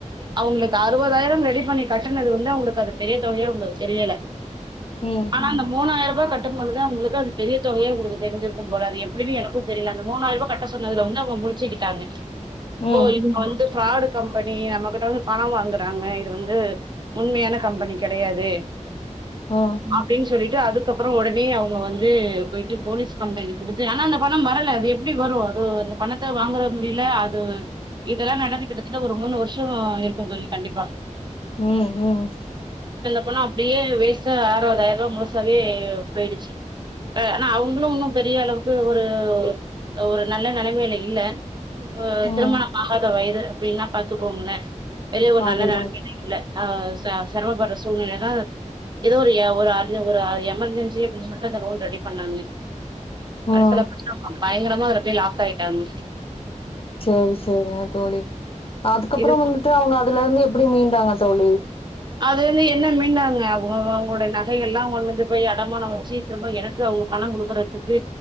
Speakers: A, on the right; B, on the left.
A: அவங்களுக்கு அறுபதாயிரம் ரெடி பண்ணி கட்டுனது வந்து அவங்களுக்கு அது பெரிய தொகயா உங்களுக்கு தெரியல
B: ம்
A: ஆனா இந்தந்த மூணாயிரம் கட்டும்போது அவங்களுக்கு அது பெரிய தொகயா உங்களுக்கு தெரி்ஞ்சிருக்கும் போல அது எப்டின்னு எனக்கும் தெரியல அந்த மூணாயிர ரூபா கட்ட சொன்னது வந்து அவங்க முழிச்சுக்கிட்டாங்க
B: ம்
A: ஓ இப்ப வந் ஃப்ராடு கம்பெனி நம்மகிட்ட வந்து பணம் வாங்குறாங்க இது வந்து உண்மையான கம்பெனி கெடயாது
B: ம்
A: அப்டின்னு சொல்லிட்டு அது அதுக்கு அப்புறம் உடனே அவுங்க வந்து போயிட்டு போலீஸ் கம்ப்ளைன் கொடுத்து ஆனா அந்த பணம் வரல அது எப்படி வரும் அதோ அந்த பணத்தை வாங்கற முடியல அது இதெல்லாம் நடந்து கிட்டத்துட்ட ஒரு மூணு வருஷம் இருக்கு தோழி கண்டிப்பா
B: உம் உம்
A: போனா அப்டியே வேஸ்ட்டா அறுவதாயிரம் ரூபா முழுசாவே போயிடுச்சு ஆனா அவங்களும் இன்னும் பெரிய அளவுக்கு ஒரு ஒரு நல்ல நிலைமையில இல்ல இப்போ
B: ம்
A: திருமணம் <unintelligible> வயது அப்படின்னா பாத்துக்கோங்களேன் பெரிய ஒரு நல்ல
B: அதுதா
A: நெலமைல இல்ல ஆஹ் செரமப்படுற சூழ்நிலைதான் ஏதோ ஒரு ஒரு ஒரு எமர்ஜென்சி அப்டினு சொல்லிட்டு அந்த லோன் ரெடி பண்ணாங்க
B: ம்
A: ஒரு சில <unintelligible> பயங்கரமா அதுல போய் லாக் ஆயிட்டாங்க
B: <unintelligible> செரிங்க தோலி அதுக்கப்புறம்
A: இது
B: வந்துட்டு அவங்க அதுல இருந்து எப்டி மீண்டாங்க தோலி
A: அதிலிருந்து என்ன மீண்டாங்க அவங்க அவங்களோடைய நகை எல்லாம் ஒன்னுத்த போய் அடமானம் வச்சு திரும்ப எனக்கு அவங்க பணம் கொடுக்குறதுக்கு